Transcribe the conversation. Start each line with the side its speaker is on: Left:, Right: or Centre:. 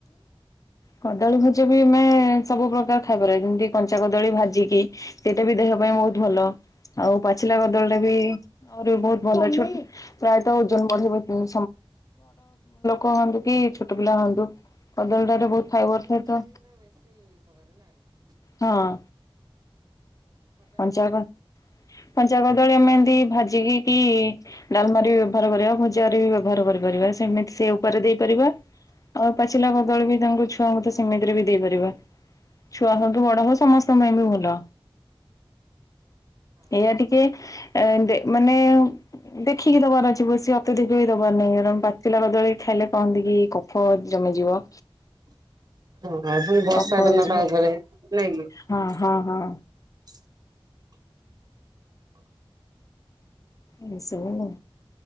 Left: କଦଳୀ ଭଜା ବି ଆମେ ସବୁ ପ୍ରକାର ଖାଇପାର ଯେମିତି କଞ୍ଚା କଦଳୀ ଭାଜିକି ଏଟେ ବି ଦେହ ପାଇଁ ବହୁତ ଭଲ। ହଉ। ପାଚିଲା କଦଳଟା ବି ଆହୁ ବି ବହୁତ ଭଲ ଛୋଟ ପ୍ରାୟତ ଓଜନ ବଢିବ ତିନି କହନ୍ତୁ କି ଛୋ ପିଲ ହୁନ୍ତୁ କଦଳୀ ଟରେ ବହୁତ ଫାଇବର ଥାଏ ତ ହଁ। ପଞ୍ଚାଗ, କଞ୍ଚା କଦଳୀ। ଟିକେ ଭାଜିକି କି ଡାଲମାରି। <unintelligible> ଘର କରିପାରିବା ସେମିତି ସେ ଉପରେ ଦେଇପାରିବା ଆଉ ପାଚିଲାଖ ଦଳ ବି ତାଙ୍କୁ ଛ ଛୁଆଙ୍କୁ ତ ସେମିତିରେ ବି ଦେଇପାରିବା। ଛୁଆ ହଉ ତ ବଡ ହଉ ସମସ୍ତଙ୍କ ପାଇଁ ବି ଭଲ। ଏଇଆ ଟିକେ ଏ ମାନେ ଦେଖିକି ତ କରଛିିବ ବ ସ ଅତେ ଦେଖିବ। ଦବାର ନାହିଁ କାରଣ ପାଚିଲା କଦଳୀ ଖାଇଲେ କହନ୍ତି କି କଫ ଜମିଯିବ।
Right: ହଁ ପୁଣି ବର୍ଷା
Left: କଫ
Right: ଦିନ
Left: ହେଇଯିବ
Right: ତାପରେ ନାଇଁ କି
Left: ହଁ ହଁ
Right: <inaudible>
Left: ହଁ ମିଶିବୁ ହେଲା।